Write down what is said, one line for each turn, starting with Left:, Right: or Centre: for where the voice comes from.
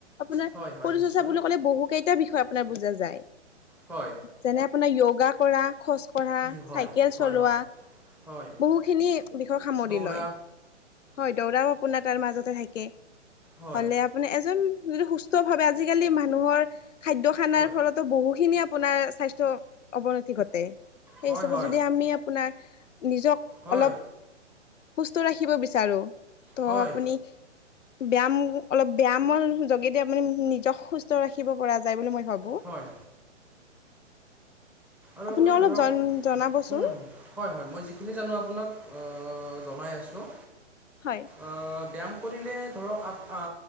Left: আপোনাৰ
Centre: হয়
Left: শৰীৰ
Centre: হয় নিশ্চয়
Left: চৰ্চা বুলি ক'লে বহু কেই এটা বিষয়ে আপোনাৰ বুজা যায়
Centre: হয়।
Left: যেনে আপোনাৰ য়গা কৰা খজ পঢ়া
Centre: ই হয়
Left: চাইকেল চলোৱা,
Centre: হয় হয় হয়
Left: বহুখিনি বিষয়ে সামৰি
Centre: দৌৰা
Left: লয়। হয়, দৌৰাও আপোনাৰ তাৰ মাজতে থাকে
Centre: হয়
Left: হ'লে মানে এজন যদি সুস্থ ভাৱে আজিকালি মানুহৰ খাদ্য খানাৰ
Centre: হয়
Left: ফলত বহোসিনি আপোনাৰ শ--অবনতি ঘটৈ <unintelligible>
Centre: হয় হয়
Left: আপোনাৰ নিজক
Centre: হয়।
Left: অলপ সুস্থ ৰাখিব বিচাৰো ত'
Centre: হয়
Left: আপুনি ব্যায়ামৰ অলপ ব্যায়ামৰ যোগেদি আপুনি নিজক সুস্থ ৰাখিব পৰা যায় বুলি মই ভাবো।
Centre: হয়। আৰু
Left: আপুনি
Centre: আপোনাৰ
Left: অলপ
Centre: ধৰক
Left: জন জনাবচোন
Centre: হুম হয় হয় মই যিখিনি জানো আপোনাক অ জনাই আছোঁ
Left: হয়
Centre: আ ব্যায়াম কৰিলে ধৰক আপ আ